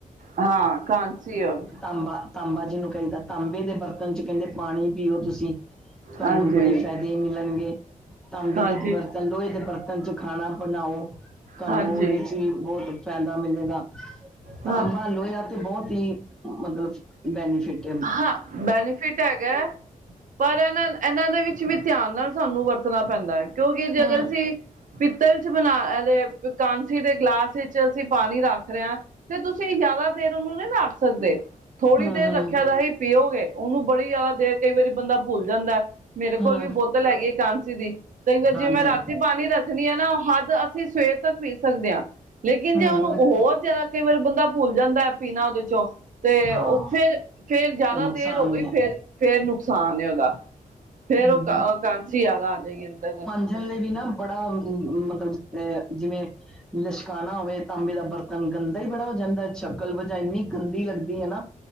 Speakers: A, on the right; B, in the centre.
A: ਹਾਂ ਕਾਂਸੀ ਔਰ
B: ਤਾਂਬਾਂ ਤਾਂਬਾ ਜਿਨੂੰ ਕਈਦਾ ਤਾਂਬੇ ਦੇ ਬਰਤਨ ਚ ਕੇਂਦੇ ਪਾਣੀ ਪੀਓ ਤੁਸੀ। ਤਾਨੂੰ
A: ਹਾਂਜੀ
B: ਬੜੇ ਫੈਦੇ ਮਿਲਣਗੇ ਤਾਂਬੇ
A: ਹਾਂਜੀ
B: ਦੇ ਬਰਤਨ ਲੋੋਏ ਦੇ ਬਰਤਨ ਚ ਖਾਣਾ ਬਨਾਓ ਤਾਨੂੰ
A: ਹਾਂਜੀ
B: ਓਦੇ ਚ ਵੀ ਬੋਤ ਫੈਦਾ ਮਿਲੇਗਾ। ਤਾਂਬਾ
A: ਹਾਂ
B: ਲੋਏਯਾ ਤੇ ਬੋਤ ਈ ਹਾਂ, ਮਤਲਬ ਬੈਨੀਫਿਟ ਏ।
A: ਹਾਂ, ਬੈਨੀਫਿਟ ਹੈਗੈ ਪਰ ਏਨਾਂ ਐਨਾਂ ਦੇ ਵਿੱਚ ਵੀ ਧਿਆਨ ਨਾਲ ਸਾਨੂੰ ਵਰਤਨਾ ਪੈਂਦਾ ਐ ਕਿਉਂਕਿ ਜੇ
B: ਹੂੰ
A: ਅਗਰ ਅਸੀਂ ਪਿੱਤਲ 'ਚ ਬਨਾ ਐ ਤੇ ਪਿ ਕਾਂਸੀ ਦੇ ਗਿਲਾਸ ਇੱਚ ਅਸੀਂ ਪਾਨੀ ਰੱਖ ਰੇ ਆਂ ਤੇ ਤੁਸੀਂ ਜਿਆਦਾ ਦੇਰ ਉਨੂੰ ਨੀ ਰੱਖ ਸਕਦੇ? ਥੋੜੀ
B: ਹੂੰ
A: ਦੇਰ
B: ਹੂੰ
A: ਰੱਖਿਆ ਦਾ ਹੀ ਪੀਓਗੇ। ਓਨੂੰ ਬੜੀ ਯਾਦਾ ਦੇਰ ਕਈ ਵਾਰੀ ਬੰਦਾ ਭੁੱਲ ਜਾਂਦੈ ਮੇਰੇ ਕੋਲ
B: ਹੂੰ
A: ਵੀ ਬੋਤਲ ਹੈਗੀ ਏ ਕਾਂਸੀ ਦੀ। ਕਈ ਵਾਰੀ
B: ਹਾਂਜੀ
A: ਜੇ ਮੈਂ ਰਾਤੀ ਪਾਨੀ ਰੱਖਨੀ ਆਂ ਨਾ ਹੱਦ ਅਸੀਂ ਸਵੇਰ ਤੱਕ ਪੀ ਸਕਦੇ ਆਂ ਲੇਕਿਨ ਜੇ
B: ਹੂੰ
A: ਓਨੂੰ ਹੋਰ ਜਿਆ ਕਈ ਵਾਰੀ ਬੰਦਾ ਭੁੱਲ ਜਾਂਦੈ ਪੀਨਾ ਓਦੇ 'ਚੋਂ ਤੇ
B: ਹਾਂ
A: ਓ ਫੇਰ ਫੇਰ ਜਿਆਦਾ
B: ਨੁਕਸਾਨ
A: ਦੇਰ ਹੋ ਗਈ
B: ਵੀ ਹੈ
A: ਫੇਰ, ਫੇਰ ਨੁਕਸਾਨ ਏ ਓਦਾ। ਫੇਰ
B: ਹੂੰ
A: ਓ ਕਾ ਕਾਂਸੀ ਯਾਦਾ ਆ ਜਾਏਗੀ ਅੰਦਰ।
B: ਜੇ ਲੱਲਲੇਗੀ ਨਾ ਬੜਾ ਮ ਮਤਲਬ ਅ ਜਿਵੇਂ ਲਸ਼ਕਾਨਾ ਹੋਵੇ ਤਾਂਬੇ ਦਾ ਬਰਤਨ ਗੰਦਾ ਈ ਬੜਾ ਹੋ ਜਾਂਦੈ, ਸ਼ਕਲ ਵਜਾ ਏਨੀਂ ਗੰਦੀ ਲੱਗਦੀ ਏ ਨਾ